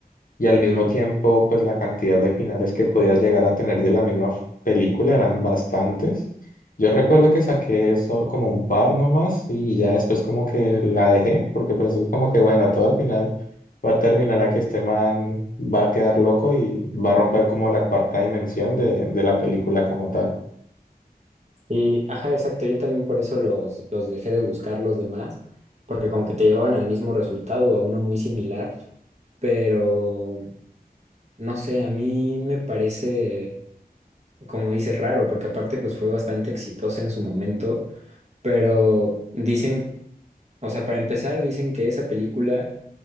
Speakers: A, on the left (about 60°); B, on the right (about 45°).
A: y al mismo tiempo, pues la cantidad de finales que podías llegar a tener de la misma f- película eran bastantes. Yo recuerdo que saqué eso como un par nomás y ya después como que la dejé, porque pues es como que bueno, todo al final va a terminar a que este man va a quedar loco y va a romper como la cuarta dimensión de, de la película como tal.
B: Y, ajá, exacto. Yo también por eso los, los dejé de buscar los demás, porque como que te llevaban al mismo resultado o a uno muy similar, pero no sé, a mí me parece, como dices, raro, porque aparte pues fue bastante exitosa en su momento, pero dicen, o sea, para empezar, dicen que esa película